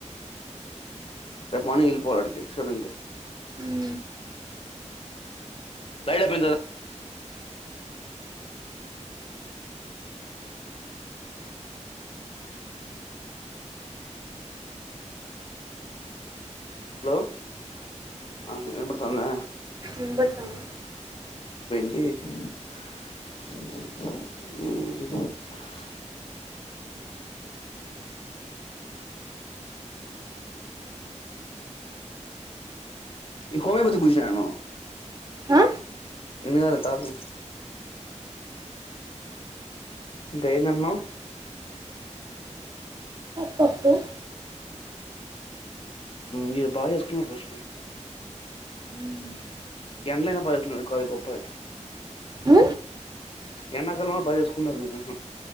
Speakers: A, on the left; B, on the right.
A: రేపు మనీల్ పోరాడికి సరక
B: ఉ
A: ైట్ అ పెదా హలో ఆ, వినపడుతుందా
B: ీబతాము
A: ఏ ఇ హమే బధు గుూసనను
B: ఆ?
A: ఇందు కాాల తారును దే నమ్మ
B: పప్పు
A: మీరు బాగా చేసుకున్నారు ప్రృశన
B: మ్మ్.
A: ఎలనా బ అది కొప్పది
B: హ
A: ఎన్నాడాకాలంలో బాగా చేసుకున్నారుారు మీరు